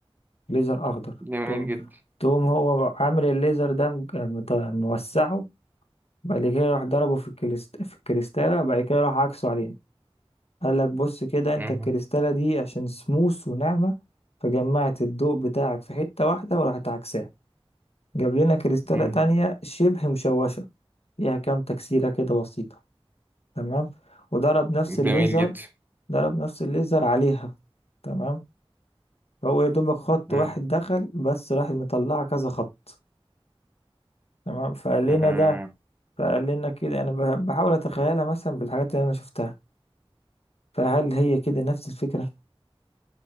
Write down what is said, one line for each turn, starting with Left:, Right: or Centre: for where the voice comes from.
Left: ليزر اخضر
Right: جميل
Left: تقوم
Right: جدا
Left: تقوم هو عامل الليزر ده مج- مت- موسعه بعد كده راح ضربه في الكريست في الكريستاله بعد كده راح عكسه علينا قال لك بص كده انت
Right: مم.
Left: الكريستاله دي عشان سموث وناعمه فجمعت الضوء بتاعك في حته واحده وراحت عكساه جاب لنا كريستاله
Right: مم.
Left: تانية شبه مشوشه فيها كام تكسيره كده بسيطه تمام وضرب نفس
Right: جميل
Left: الليزر
Right: جدا
Left: ضرب نفس الليزر عليها تمام فهو يا دوبك خط
Right: مم.
Left: واحد دخل بس راح مطلع كذا خط تمام فقال لنا
Right: مم.
Left: ده فقال لنا كده انا بح- بحاول اتخيلها مثلا بالحاجات اللي انا شفتها فهل هي كده نفس الفكرة